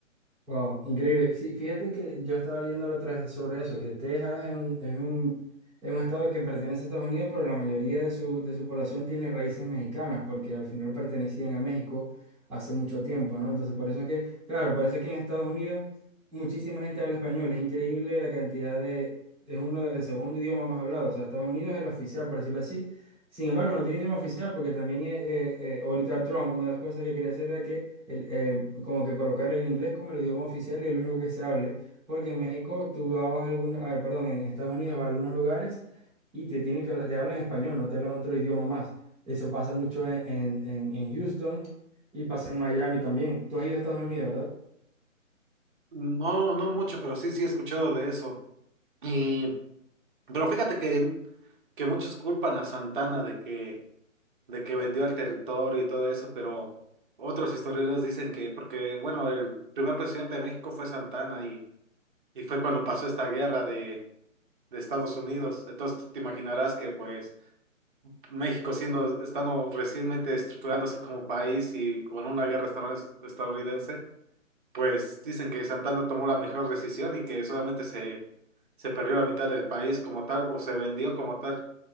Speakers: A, in the centre; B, on the right.
A: Wow, increíble. Sí, fíjate que yo estaba leyendo la otra vez sobre eso, que Texas es un, es un, es un estado que pertenece a Estados Unidos, pero la mayoría de su, de su población tiene raíces mexicanas, porque al final pertenecían a México hace mucho tiempo, ¿no? Entonces, por eso es que, claro, por eso es que en Estados Unidos muchísima gente habla español. Es increíble la cantidad de, es uno, el segundo idioma más hablado. O sea, Estados Unidos es el oficial, por decirlo así sin embargo, no tiene idioma oficial porque también eh, eh, eh, ahorita Trump, una de las cosas que quería hacer era que el, eh, como que colocar el inglés como el idioma oficial y el único que se hable, porque en México tú vas a algún, a ver, perdón, en Estados Unidos vas a algunos lugares y te tienen que hablar- te hablan español, no te hablan otro idioma más. Eso pasa mucho en, en, en- en Houston y pasa en Miami también. Tú has ido a Estados Unidos, ¿verdad?
B: No, no mucho, pero sí, sí he escuchado de eso. Y, pero fíjate que, que muchos culpan a Santana de que, de que vendió el territorio y todo eso, pero otros historiadores dicen que, porque, bueno, el primer presidente de México fue Santana y, y fue cuando pasó esta guerra de, de Estados Unidos. Entonces tú te imaginarás que, pues, México siendo, estando recientemente estructurándose como país y con una guerra estadounid- estadounidense Pues dicen que Santana tomó la mejor decisión y que solamente se, se perdió la mitad del país como tal, o se vendió como tal,